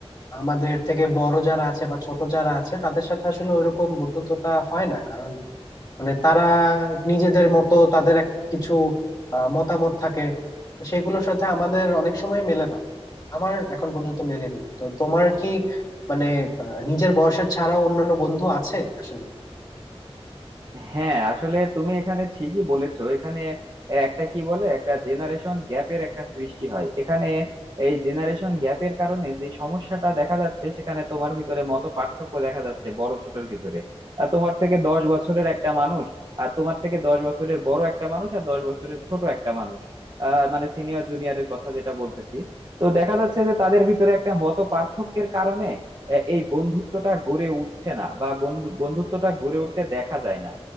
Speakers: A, on the left; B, on the right.
A: আমাদের থেকে বড় যারা আছে বা ছোট যারা আছে তাদের সাথে আসলে ওইরকম বন্ধুত্বটা হয় না কারণ মানে তারা নিজেদের মতো তাদের এক কিছু আহ, মতামত থাকে সেগুলোর সাথে আমাদের অনেক সময় মেলে না আমার এখন পর্যন্ত মেলেনি তো তোমার কি মানে আহ, নিজের বয়সের ছাড়াও অন্যান্য বন্ধু আছে আসলে
B: হ্যাঁ আসলে তুমি এখানে ঠিকই বলেছো এখানে একটা কি বলে একটা জেনারেশন গ্যাপের একটা সৃষ্টি হয় এখানে এই জেনারেশন গ্যাপের কারণে যে সমস্যাটা দেখা যাচ্ছে সেখানে তোমার ভিতরে মত পার্থক্য দেখা যাচ্ছে বড় ছোটর ভিতরে আর তোমার থেকে দশ বছরের একটা মানুষ আর তোমার থেকে দশ বছরের বড় একটা মানুষ আর দশ বছরের ছোট একটা মানুষ আহ মানে সিনিয়র জুনিয়রের কথা যেটা বলতেছি তো দেখা যাচ্ছে যে তাদের ভিতরে একটা মত পার্থক্যের কারণে আহ, এই বন্ধুত্বটা গড়ে উঠছে না বা বন্ধু- বন্ধুত্বটা গড়ে উঠতে দেখা যায় না